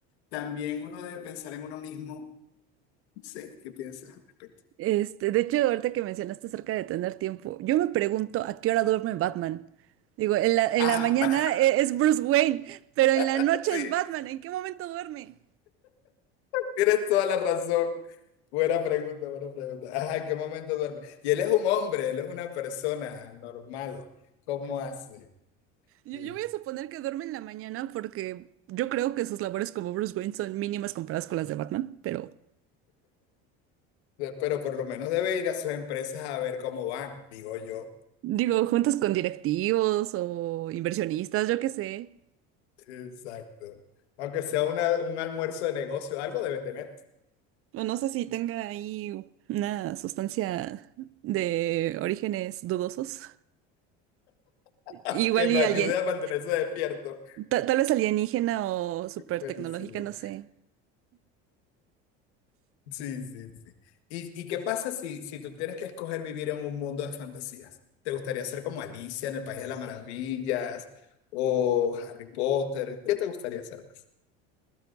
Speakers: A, on the left; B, on the right.
A: también uno debe pensar en uno mismo. No sé, ¿qué piensas al respecto?
B: Este, de hecho, ahorita que mencionaste acerca de tener tiempo, yo me pregunto a qué hora duerme Batman. Digo, en la, en
A: Ah,
B: la mañana e- es Bruce Wayne, pero en la
A: <laughs>
B: noche
A: sí.
B: es Batman. ¿En qué momento duerme?
A: Tienes toda la razón. Buena pregunta, buena pregunta. Ajá, ¿en qué momento duerme? Y él es un hombre, él es una persona normal. ¿Cómo hace?
B: Yo,
A: Sí.
B: yo voy a suponer que duerme en la mañana porque yo creo que sus labores como Bruce Wayne son mínimas comparadas con las de Batman, pero
A: Pero por lo menos debe ir a sus empresas a ver cómo van, digo yo.
B: digo, juntos con directivos o inversionistas, yo qué sé.
A: Exacto. Aunque sea una- un almuerzo de negocio, algo debe tener
B: O no sé si tenga ahí una sustancia de orígenes dudosos.
A: <laughs>
B: Igual
A: que lo
B: y
A: ayude
B: alguien.
A: a mantenerse despierto.
B: Ta- tal vez alienígena o super
A: Buenísimo.
B: tecnológica, no sé.
A: Sí, sí, sí. ¿Y, y qué pasa si, si tú tienes que escoger vivir en un mundo de fantasías? ¿Te gustaría ser como Alicia en el País de las Maravillas o Harry Potter? ¿Qué te gustaría ser más?